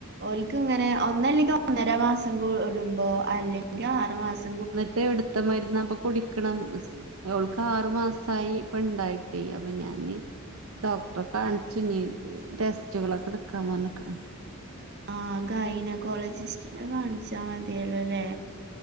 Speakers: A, on the right; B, on the right.
A: ഓല്ക്ക്ങ്ങനെ ഒന്നല്ലെങ്കി ഒന്നര മാസം കൂടുമ്പോ അല്ലെങ്കി ആറുമാസം
B: ന്നിട്ടെവ്ടുത്ത മരുന്നാപ്പൊ കുടിക്കണം ഓൾക്കാറുമാസായി ഇപ്പണ്ടായിട്ടേയ് അപ്പ ഞാനീ ഡോക്ടറെ കാണിച്ചുന്നി ടെസ്റ്റുകളൊക്കെടുക്കാപറഞ്ഞിക്ണ്
A: ആഹ് ഗൈനകോളജിസ്റ്റിനെ കാണിച്ചാ മതിയേലോല്ലേ?